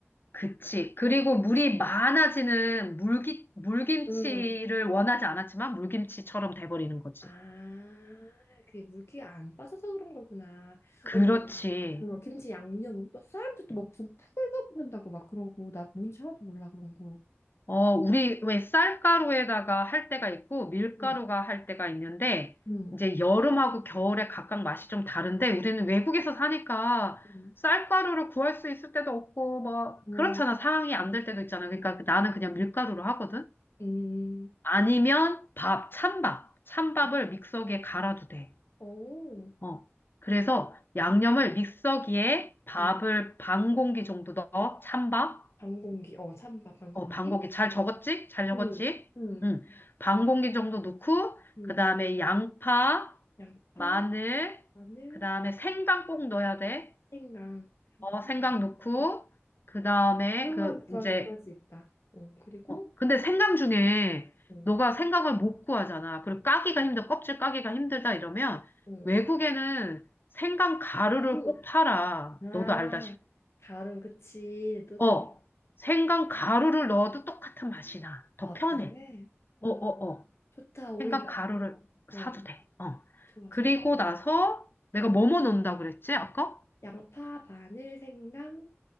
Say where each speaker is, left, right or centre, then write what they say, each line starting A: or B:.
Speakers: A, on the left; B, on the left.
A: 그치. 그리고
B: 겉,
A: 물이 많아지는 물기, 물김치를
B: 음.
A: 원하지 않았지만 물김치처럼 돼버리는 거지.
B: 아, 그게 물기가 안 빠져서 그런 거구나.
A: 그렇지.
B: 언니, 그러면 김치 양념은 또 사람들 또막 무슨 풀도 붓는다고 막 그러고 나 뭔지 하나도 몰라 그런 거.
A: 어, 우리 왜 쌀가루에다가 할 때가 있고 밀가루가
B: 응,
A: 할 때가 있는데
B: 응,
A: 이제 여름하고 겨울에 각각 맛이 좀 다른데 우리는 외국에서 사니까
B: 응.
A: 쌀가루를 구할 수 있을 때도 없고 막
B: 뭐,
A: 그렇잖아. 상황이 안 될 때도 있잖아. 그러니까 그 나는 그냥 밀가루로 하거든.
B: 음,
A: 아니면 밥, 찬밥. 찬밥을
B: 어,
A: 믹서기에 갈아도 돼.
B: 어,
A: 어. 그래서 양념을 믹서기에 밥을
B: 음,
A: 반 공기 정도 넣어. 찬밥.
B: 반공기, 어, 찬밥 반공기.
A: 어, 반 공기. 잘 적었지? 잘 적었지?
B: 응, 응,
A: 응. 반 공기 정도 넣고,
B: 응.
A: 그 다음에 양파,
B: 양파,
A: 마늘,
B: 마늘,
A: 그 다음에 생강 꼭 넣어야 돼.
B: 생강,
A: 어,
B: 양파.
A: 생강 넣고,
B: 음.
A: 그 다음에
B: 그런
A: 그,
B: 건 구할
A: 이제
B: 구할 수 있다. 어, 그리고,
A: 어, 근데 생강 중에
B: 어,
A: 너가 생강을 못 구하잖아. 그리고 까기가 힘들어. 껍질 까기가 힘들다 이러면
B: 어,
A: 외국에는 생강 가루를
B: 가루.
A: 꼭 팔아.
B: 아,
A: 너도 알다시피.
B: 가루, 그치. 너 좋다.
A: 어, 생강 가루를 넣어도 똑같은 맛이 나. 더
B: 아,
A: 편해.
B: 그래? 어,
A: 어, 어, 어.
B: 좋다, 오히려.
A: 생강 가루를
B: 어,
A: 사도 돼. 어.
B: 좋아,
A: 그리고
B: 좋아.
A: 나서 내가 뭐뭐 넣는다 그랬지? 아까?
B: 양파, 마늘, 생강,